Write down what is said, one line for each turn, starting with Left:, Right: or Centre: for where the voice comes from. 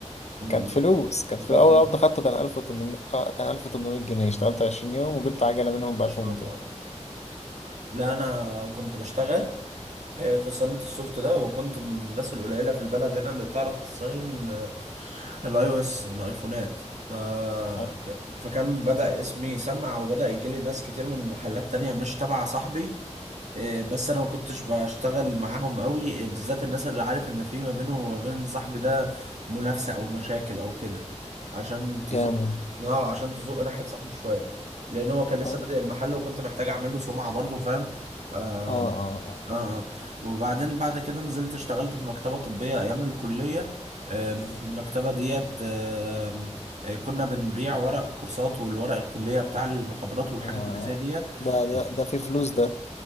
Right: مم.
Left: كانت فلوس كانت في
Right: اه
Left: اول
Right: ان
Left: قبض خدته كان 1800 آه، كان 1800 جنيه اشتغلت 20 يوم وجبت عجله منهم ب 1200
Right: شاء الله لا انا كنت بشتغل آه، في صالونة السوفت ده وكنت من الناس القليلة في البلد هنا اللي بتعرف تصين آه، الاي او اس الايفونات ف...
Left: حلو.
Right: ك- فكان بدأ اسمي يسمع وبدأ يجيلي ناس كتير من محلات تانية مش تبع صاحبي آه، بس انا ما كنتش بشتغل معاهم قوي آه، بالذات الناس اللي عارف ان في ما بينهم وما بين صاحبي ده منافسة او مشاكل او كده عشان تزق
Left: جامد
Right: اه عشان تزق ناحية صاحبي شوية لان هو كان لسه
Left: اه
Right: بادئ المحل وكنت محتاج اعمل له سمعة برضه فاهم اه
Left: اه اه
Right: اه
Left: فاهم
Right: وبعدين بعد كده نزلت اشتغلت في مكتبة طبية ايام الكلية آم، المكتبة ديت آم، آه، كنا بنبيع ورق الكورسات والورق الكلية بتاع المحاضرات والحاجات
Left: آه
Right: اللي زي ديت
Left: ده ده
Right: اه
Left: ده في فلوس ده